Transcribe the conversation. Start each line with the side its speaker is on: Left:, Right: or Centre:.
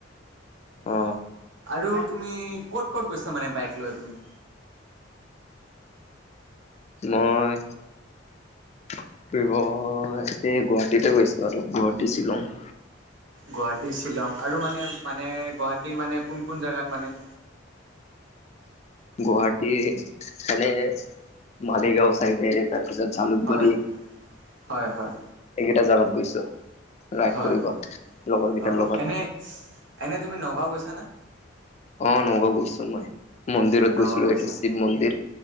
Left: অ
Right: আৰু তুমি ক'ত ক'ত গৈছা? মানে বাইক লৈ তুমি।
Left: মই ফুৰিব ইয়াতে গুৱাহাটীতেই গৈছোঁ আৰু, গুৱাহাটী, শ্বিলং।
Right: গুৱাহাটী, শ্বিলং আৰু মানে, মানে গুৱাহাটীৰ মানে কোন কোন জোগাত মানে?
Left: গুৱাহাটীৰ এনে মালিগাঁও চাইদে। তাৰপিছত জালুকবাৰী,
Right: হয় হয় হয়
Left: এইকেইটা জাগাত গৈছোঁ। ৰাইট
Right: হয়
Left: কৰিব, লগৰকেইটাৰ
Right: অ
Left: লগত।
Right: এনে এনে তুমি নগাঁও গৈছানা?
Left: অ', নগাঁও গৈছো মই, মন্দিৰত
Right: নগাঁও
Left: গৈছিলোঁ,
Right: গৈছা
Left: এইটো শিৱ মন্দিৰ।